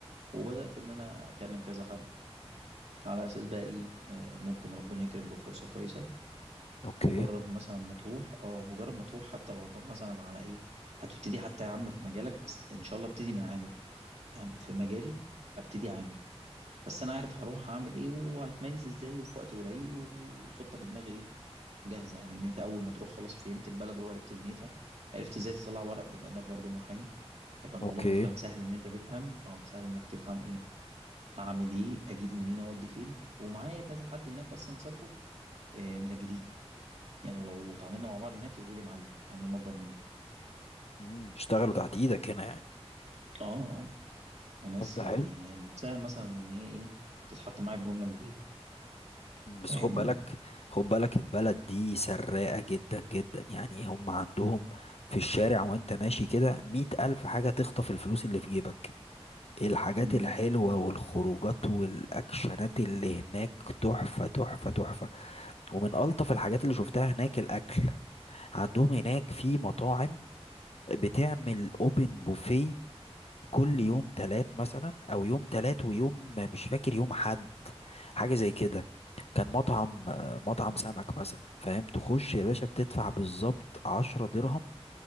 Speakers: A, on the right; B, on the left.
A: وبدأت ان انا اكلم كذا حد على اساس بقى ايه آه، ممكن ربنا يكرم بفرصه كويسه
B: اوكي
A: مجرد مثلا ما تروح اه مجرد ما تروح حتى لو هتروح مثلا على ايه هتبتدي حتى يا عم في مجالك بس ان شاء الله ابتدي من عامل يعني في مجالي ابتدي عامل بس انا عارف هروح اعمل ايه وهتميز ازاي وفي وقت قليل والخطه في دماغي ايه جاهزه يعني ان انت اول ما تروح خلاص فهمت البلد وعرفت دنيتها عرفت ازاي تطلع ورق بما انك برضو محامي هيبقى الموضوع
B: اوكي
A: بالنسبه لك سهل ان انت تفهم اه سهل انك تفهم ايه هعمل ايه اجيب منين اودي فين ومعايا كذا حد هناك اصلا سافروا آه، من الجديد يعني ولو اتعاملنا مع بعض هناك يقولوا لي معلم مع انهم اكبر مني
B: مم. اشتغلوا تحت ايدك هنا يعني
A: اه اه وناس
B: طب ده
A: يعني
B: حلو
A: ن- نفسها مثلا ان هي ايه تتحط معايا في جمله مفيده
B: مم. بس
A: فاهمني
B: خد بالك خد بالك البلد دي سراقة جدا جدا يعني هم عندهم في الشارع وانت ماشي كده مية ألف حاجة تخطف الفلوس اللي في جيبك الحاجات
A: امم
B: الحلوة والخروجات والأكشنات اللي هناك تحفة تحفة تحفة ومن ألطف الحاجات اللي شفتها هناك الأكل عندهم هناك في مطاعم بتعمل اوبن بوفيه كل يوم تلات مثلا او يوم تلات ويوم مش فاكر يوم حد حاجه زي كده كان مطعم آه، مطعم سمك مثلا فاهم تخش يا باشا بتدفع بالظبط عشرة درهم